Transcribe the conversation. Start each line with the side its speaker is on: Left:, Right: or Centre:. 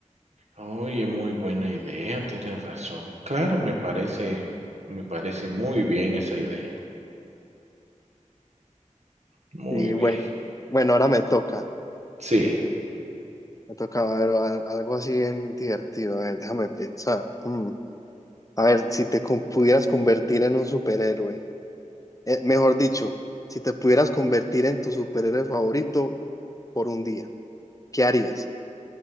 Right: oye, muy buena idea, tienes razón. Claro, me parece, me parece muy bien esa idea. Muy
Left: Y
Right: bien.
Left: bueno, bueno, ahora me toca.
Right: Sí.
Left: Me tocaba ver al- algo así bien divertido. A ver, déjame pensar. Mm. A ver, si te con- pudieras convertir en un superhéroe, eh, mejor dicho, si te pudieras convertir en tu superhéroe favorito por un día, ¿qué harías?